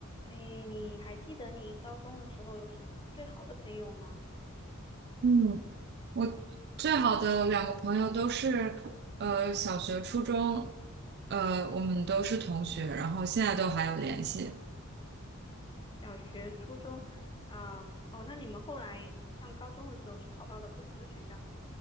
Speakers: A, on the left; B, on the right.
A: 诶，你还记得你高中的时候有什么最好的朋友吗？
B: 嗯，我最好的两个朋友都是，呃，小学、初中，呃，我们都是同学，然后现在都还有联系。
A: 小学、初中啊，哦，那你们后来上高中的时候是考到了不同的学校